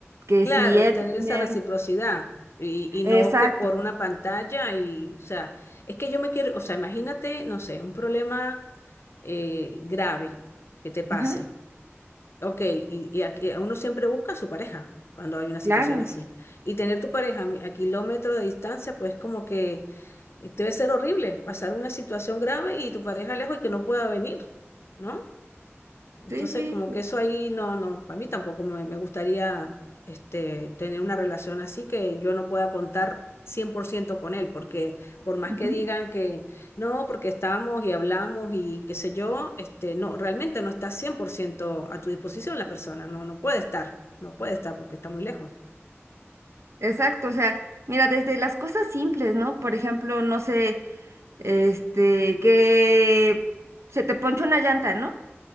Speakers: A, on the right; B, on the left.
A: que
B: Claro,
A: si él
B: tener esa
A: también...
B: reciprocidad y, y no
A: Exacto.
B: que por una pantalla y, o sea, es que yo me quiero, o sea, imagínate, no sé, un problema eh, grave que te pase.
A: Ajá.
B: Ok, y, y aquí, uno siempre busca a su pareja cuando hay una situación
A: Claro,
B: así. Y tener tu pareja a, mi- a kilómetros de distancia, pues como que eh, debe ser horrible pasar una situación grave y tu pareja lejos y que no pueda venir, ¿no? Entonces,
A: sí, sí,
B: como que eso ahí no, no, a mí tampoco me, me gustaría este, tener una relación así que yo no pueda contar 100% con él, porque por más
A: Ujú.
B: que digan que no, porque estamos y hablamos y qué sé yo, este, no, realmente no está 100% a tu disposición la persona, no, no puede estar, no puede estar porque está muy lejos.
A: exacto. O sea, mira, desde las cosas simples, ¿no? Por ejemplo, no sé, este, que se te ponchó una llanta, ¿no?